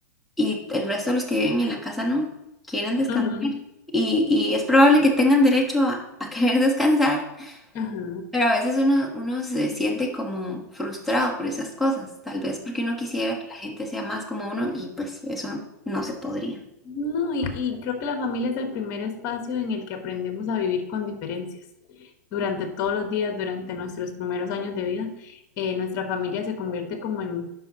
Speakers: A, in the centre; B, on the left (about 40°).
A: y el resto de los que viven en la casa no, quieren descansar
B: Ujú.
A: y, y es probable que tengan derecho a, a querer <laughs> descansar,
B: Ajá.
A: pero a veces uno, uno se siente como frustrado por esas cosas, tal vez porque uno quisiera que la gente sea más como uno y pues eso no se podría.
B: No, y, y creo que la familia es el primer espacio en el que aprendemos a vivir con diferencias. Durante todos los días, durante nuestros primeros años de vida, eh, nuestra familia se convierte como en,